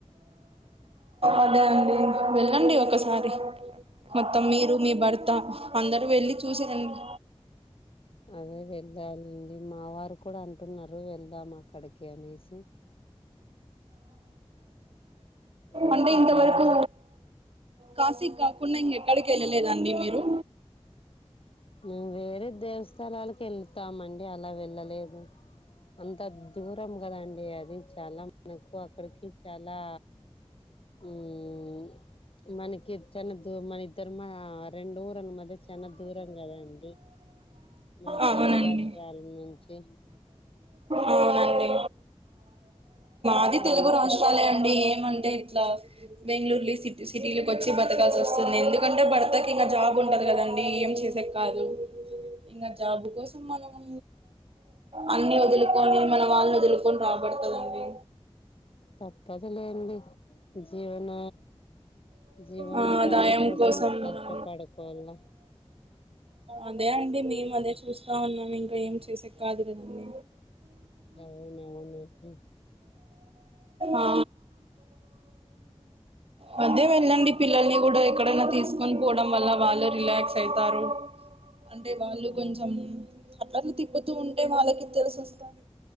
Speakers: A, on the right; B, on the left.
A: అదే అండి వెళ్ళండి ఒకసారి మొత్తం మీరు మీ భర్త అందరు వెళ్ళి చూసారండి.
B: అదే వెద్ద అయింది మావారు కూడా అంటున్నారు వెళ్దాం అక్కడికి అనేసి అందుకోసారి
A: అంటే ఇంత వరకు కాశీక్ కాకుండా ఇంక ఎక్కడికి వెళ్ళలేదండి మీరు?
B: మ్ వేరే దేవస్థలాలకు వెళ్తామండి అలా వెళ్ళలేదు. అంత దూరం కదాండి అది చాలం నాకు అక్కడికి చాలా మ్మ్ మనకి చన్న దూ మన ఇద్దరు మా రెండు ఊరల మధ్య చన్న దూ రం కదండి మా
A: అవునండి
B: తెలుగు రాష్ట్రాల నుంచి
A: అవునండి
B: అందుకు
A: అది తెలుగు
B: ఆలోచి
A: రాష్ట్రాలే అండి ఏమంటే ఇట్లా బెంగళూరు లి సిటీస్ సిటీలోకి వచ్చి బతకాల్సి వస్తుంది ఎందుకంటే భర్తకి ఇంకా జాబ్ ఉంటంది కదండి ఏం చేసేక కాదు.
B: అ
A: ఇంగా జాబు కోసం మనము అన్ని వదులుకొని మన వాళ్ళని వదులుకొని రాబడతాలండి
B: తప్పదులేండి జీవన జీవను
A: ఆ
B: ఉపాది
A: ఆదాయం
B: కోసం కష్టపడుకోల
A: మనం అదే అండి మేము అదే చూస్తా ఉన్నాను ఇంకా ఏం చేసే కాదు కాదండి.
B: అవునవునండి
A: ఆ మధ్య వెళ్ళండి పిల్లల్ని కూడా ఎక్కడనా తీసుకొని పోవడం వల్ల వాళ్ళు రిలాక్స్ అయితారు. అంటే వాళ్ళు
B: అవును
A: కొంచెం అట్లట్లా తిప్పుతూ ఉంటే వాళ్ళకి తెలిసిస్తంది.